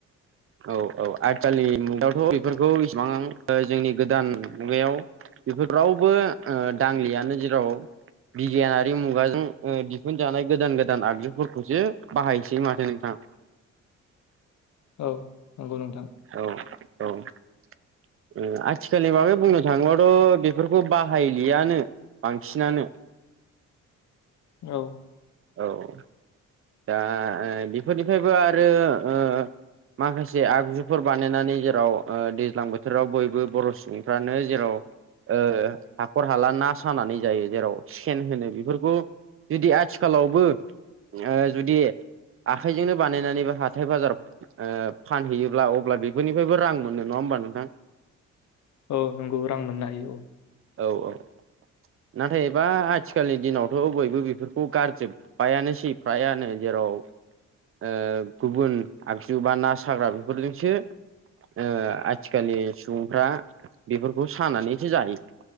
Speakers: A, on the right (about 45°); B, on the left (about 65°).
A: औ औ आथिखालनि मुगायावथ' बेफोरखौ इसिबां जोंनि गोदान मुगायाव। बेफोर रावबो ओ दांलियानो जेराव बिगियानारि मुगाजों ओ दिहुनजानाय गोदान गोदान आगजुफोरखौसो बाहायसै माथो नों थां
B: औ नोंगौ नोंथां।
A: औ औ। ओ आथिखालनि बाबै बुंनो थाङोब्लााथ' बेफोरखौ बाहायलियानो बांसिनानो
B: औ।
A: औ औ दा ओ बेफोरनिफ्रायबो आरो ओ माखासे आगजुफोर बानायनानै जेराव ओ दैज्लां बोथोराव बयबो बर' सुबुंफ्रानो जेराव ओ हाखर हाला ना सानानै जायो जेराव सेन होनो बेफोरखौ बेदि आथिखालावबो ओ जुदि आखाइजोंनो बानायनानै बो हाथाय बाजार ओ फानहैयोब्ला अब्ला बेफोरनिफ्रायबो रां मोनो नङा होमबा नोंथां।
B: अ नोंगौ रां मोननो हायो औ।
A: औ औ। नाथाय एबा आथिखालनि दिनावथ' बयबो बिफोरखौ गारजोबबायानोसै प्रयानो जेराव ओ गुबुन आगजु बा ना साग्रा बेफोरजोंसो ओ आथिखालनि सुबुंफ्रा बेफोरखौ सानानैसो जायो